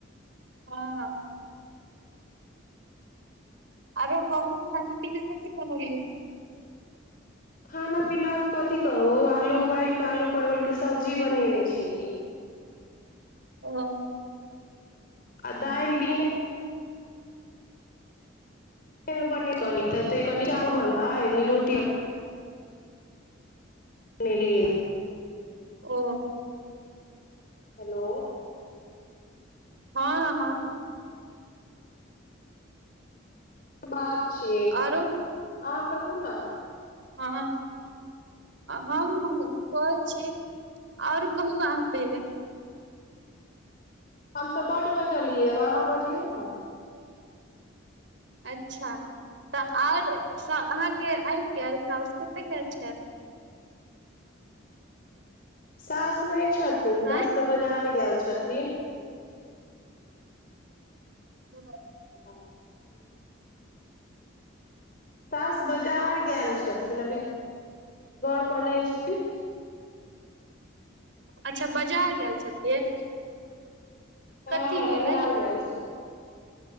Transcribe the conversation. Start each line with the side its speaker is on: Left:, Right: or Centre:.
Right: हँ आरो कहुँ खाना पीना कथिी बनलियै
Left: खाना पीनामे कथी कहू आलू उबालि कऽ आलू परवलकेँ सब्जी बनेने छलियै
Right: ह <inaudible>
Left: आ दाइल दीने मे बन कनी तऽ त कनी आब भ रोटी ने लिए
Right: ओ
Left: हेलो
Right: हँ हँ
Left: बात छियै कि
Right: आरो
Left: हँ कहू ने
Right: हँ हम कहैत छी आओर कहु अहाँ पहिले
Left: हम तऽ बड बजलियै अहाँ बजियौ ने
Right: अच्छा तऽ आर अहाँकेँ आबि गेल साउस कतय गेल छेल
Left: सासमे <unintelligible> छथिन
Right: आँय
Left: सास त बजार गेल छथिन
Right: ह <inaudible>
Left: <inaudible> सास बजार गेल छथिन अभी घर पर नहि छथिन
Right: अच्छा बाजार गेल छथिन
Left: हँ
Right: कथी लेल
Left: बाजार
Right: आइये
Left: गेल छथिन